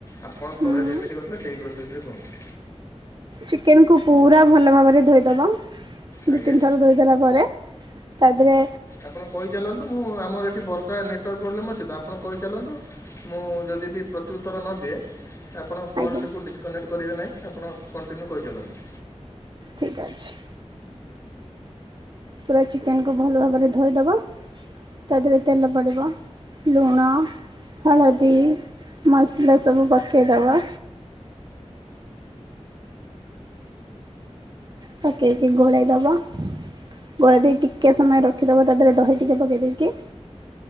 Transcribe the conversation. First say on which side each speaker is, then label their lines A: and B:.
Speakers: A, on the left (about 25°); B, on the right (about 40°).
A: ଆପଣ ଥରେ
B: ହୁଁ
A: ଯେମିତି କରିଥିଲେ ସେହି ପ୍ରୋସେସ୍ ରେ କୁହନ୍ତୁ।
B: ଚିକେନକୁ ପୁରା ଭଲ ଭାବରେ ଧୋଇଦବ
A: ଆଜ୍ଞା
B: ଦୁଇ ତିନି ଥର ଧୋଇଦେଲା ପରେ ତାଧୀରେ
A: ଆପଣ କହିଚାଲନ୍ତୁ ମୁଁ ଆମର ଏ ବର୍ଷା ନେଟୱାର୍କ ପ୍ରୋବ୍ଲେମ୍ ଅଛି ତ ଆପଣ କହିଚାଲନ୍ତୁ ମୁଁ ଯଦି ବି ପ୍ରତିଉତ୍ତର ନଦିଏ ଆପଣ କଲଟିକୁ
B: ଆଜ୍ଞା
A: ଡିସକନେକ୍ଟ କରିବେ ନାହିଁ ଆପଣ କଣ୍ଟିନ୍ୟୁ କହିଚାଲନ୍ତୁ।
B: ଠିକ୍ ଅଛି। ପୁରା ଚିକେନ୍ କୁ ଭଲ ଭାବରେ ଧୋଇଦବ। ତା ଦେହରେ ତେଲ ପଡ଼ିବ ଲୁଣ ହଳଦୀ ମସଲା ସବୁ ପକେଇଦବ ପକେଇକି ଗୋଳେଇ ଦବ ଗୋଳେଇ ଦେଇ ଟିକେ ସମୟ ରଖିଦବ ତା ଦେହରେ ଦହି ଟିକେ ପକେଇ ଦେଇକି